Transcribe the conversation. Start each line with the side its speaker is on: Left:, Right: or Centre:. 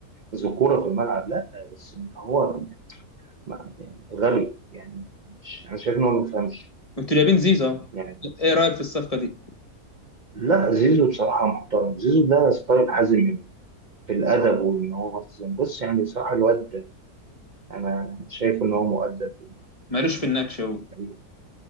Right: ذكورة في الملعب لا بس إن هو ما- يعني غبي يعني مش أنا شايف إن هو ما بيفهمش
Left: انتوا جايبين زيزو اهو.
Right: يعني
Left: ايه رايك في الصفقه دي
Right: لا زيزو بصراحة محترم زيزو ده ستايل حازم إمام في الأدب وإن هو التزام. بص يعني بصراحة الواد أنا شايف إن هو مؤدب
Left: مالوش في النكش اهو
Right: وجميل.